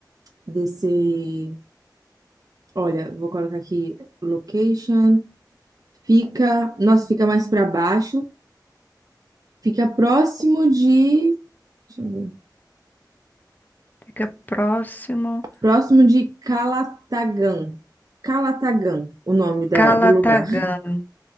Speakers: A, on the right; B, on the left.
A: desse. Olha, vou colocar aqui location. Fica, nossa, fica mais pra baixo. Fica próximo de. Deixa eu ver.
B: Fica próximo.
A: Próximo de Calatagan. Calatagan, o nome da,
B: Calatagam.
A: do lugar.